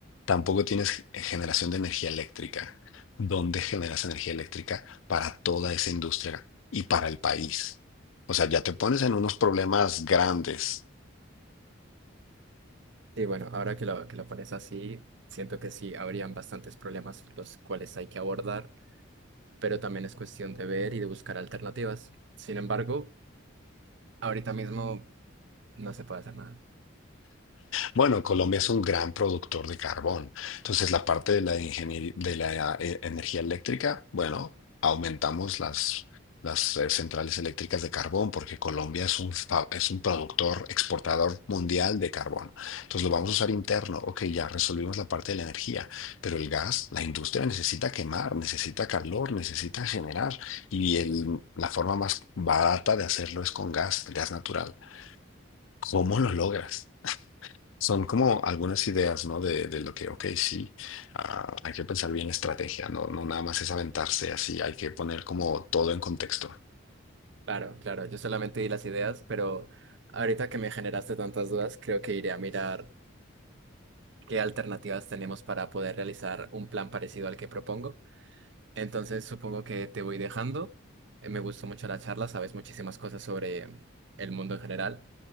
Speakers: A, on the left (about 75°); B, on the right (about 60°).
A: tampoco tienes generación de energía eléctrica. ¿Dónde generas energía eléctrica para toda esa industria y para el país? O sea, ya te pones en unos problemas grandes.
B: Y bueno, ahora que lo, que lo pones así, siento que sí, habrían bastantes problemas los cuales hay que abordar, pero también es cuestión de ver y de buscar alternativas. Sin embargo, ahorita mismo no se puede hacer nada.
A: Bueno, Colombia es un gran productor de carbón. Entonces, la parte de la ingeniería de la eh, energía eléctrica, bueno, aumentamos las, las eh, centrales eléctricas de carbón porque Colombia es un, fa- es un productor exportador mundial de carbón. Entonces, lo vamos a usar interno. Ok, ya resolvimos la parte de la energía, pero el gas, la industria necesita quemar, necesita calor, necesita generar. Y el- la forma más barata de hacerlo es con gas, gas natural. ¿Cómo lo logras? Son como algunas ideas, ¿no? De, de lo que, ok, sí, ah, hay que pensar bien la estrategia, no, no nada más es aventarse así, hay que poner como todo en contexto.
B: Claro, claro, yo solamente di las ideas, pero ahorita que me generaste tantas dudas, creo que iré a mirar qué alternativas tenemos para poder realizar un plan parecido al que propongo. Entonces, supongo que te voy dejando. Eh, Me gustó mucho la charla, sabes muchísimas cosas sobre el mundo en general